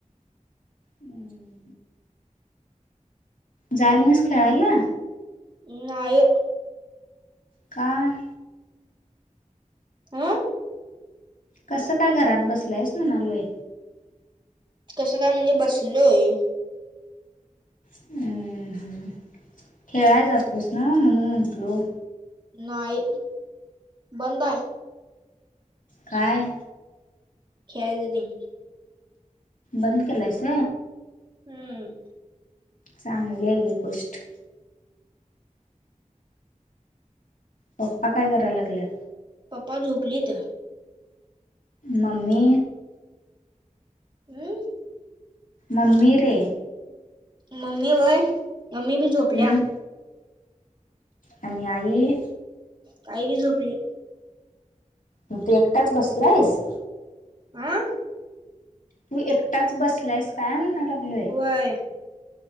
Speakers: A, on the left; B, on the right.
A: हम्. जायला ना अस खेळयला
B: ् नाय
A: काय
B: आं
A: कसं काय घरात बसलंयस म्हणालोय
B: कसं काय म्हणजे बसलोय
A: अ ह खेळाय जातोस ना म्हणून म्हटलो
B: नाही बंद आहे
A: काय
B: खेळाळ देतीलन
A: बंद केलाय स
B: हम्म
A: चांगली आहे गी गोष्टट पप्पा काय करायला लागल्यात
B: पप्पा झोपलीत
A: म्मी
B: हम्
A: म्मी रे
B: मम्मी होय मम्मी बी झोपल्या
A: हं? आणि आई
B: काय की झोपली
A: मग तू एकटाच बसला आहेस
B: आं
A: तू एकटाच बसलायस काय म्हणणा लागलूय
B: वय